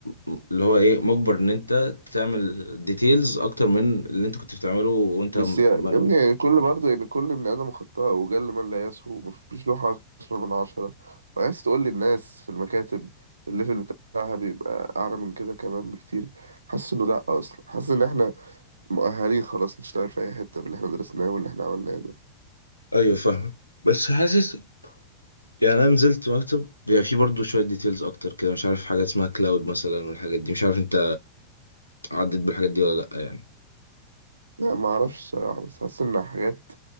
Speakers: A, on the left (about 80°); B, on the right (about 75°).
A: م- اللي هو ايه مجبر ان انت تعمل ديتيلز اكتر من اللي انت كنت بتعمله وانت
B: بس يا
A: مانوال
B: يا ابني يعني كل برضه يعني كل بني آدم خطاء وجل من لا يسهو مفيش لوحة عشرة من عشرة وعايز تقول للناس في المكاتب الليفل بتاعها بيبقى أعلى من كده كمان بكتير حاسس إنه لأ أصلا حاسس إن إحنا مؤهلين خلاص نشتغل في أي حتة باللي إحنا درسناه واللي إحنا عملناه ده
A: ايوه فاهمك بس حاسس يعني انا نزلت مكتب بيبقى فيه برضه شويه ديتيلز اكتر كده مش عارف حاجه اسمها كلاود مثلا والحاجات دي مش عارف انت عديت بالحاجات دي ولا لا يعني
B: لا معرفش الصراحة بس حاسس إن حاجات